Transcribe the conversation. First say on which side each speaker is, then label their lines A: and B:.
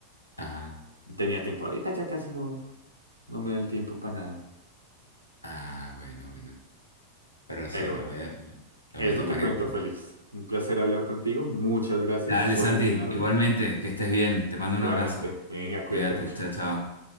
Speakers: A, on the left; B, on the right.
A: ah,
B: Tenía tiempo ahorita, ya casi no, no me da el tiempo para nada.
A: ah, bueno, bueno. Pero
B: Pero
A: sí,
B: bueno,
A: lo voy a, lo
B: eso
A: voy a tomar
B: te cuento,
A: en cuenta.
B: Félix. Un placer hablar contigo. Muchas gracias
A: Dale,
B: por
A: Santi,
B: enseñarme.
A: igualmente, que estés bien. Te mando
B: Igualmente,
A: un abrazo.
B: venga, cuídate
A: Cuídate,
B: mucho.
A: chao, chao.